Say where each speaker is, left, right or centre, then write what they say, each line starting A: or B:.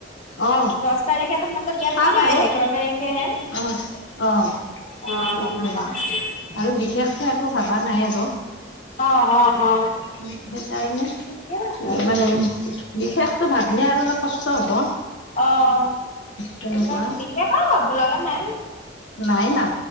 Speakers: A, on the left; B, on the left.
A: অ
B: দহ তাৰিখেতো মাজত গেট
A: পাম
B: পাবাই
A: আৰু
B: এঘাৰ তাৰিখেহে।
A: অ অ
B: অ'
A: সেইটোৱে
B: পাম।
A: আৰু বিশেষকে একো ভবা নাই আৰু,
B: অ', অ', অ',
A: সেইকাৰণে এ
B: ঠিকে আছে
A: মানে বিশেষতটো ভাবিলে আৰু অলপ কষ্ট হ'ব।
B: অ' সেইকাৰণে
A: তেনেকুৱা
B: বিশেষ আৰু ভাব লগা নাই।
A: নাই না